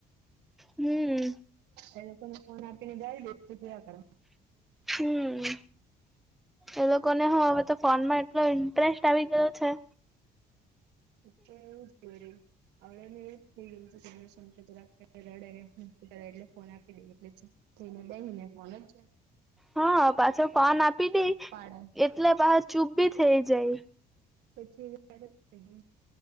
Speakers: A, in the centre; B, on the right (about 80°).
A: હમ્મ.
B: એ લોકો ને ફોન આપી ને જાય <unintelligible> કર.
A: હમ્મ એ લોકોને હું હવે તો ફોન માં એટલો ઇન્ટરેસ્ટ આવી ગયો છે.
B: એ તો એવું જ વળી. આવડે ને એવું થઈ ગયું છે <unintelligible> રડે એટલે ફોન આપી દઈ એટલે ચૂપ થઈને બેહી ને <unintelligible> જ્યાં
A: હા પાછો ફોન આપી દઈ
B: પાડે
A: એટલે બહાર ચૂપ બી થઇ જાય.
B: પછી <unintelligible>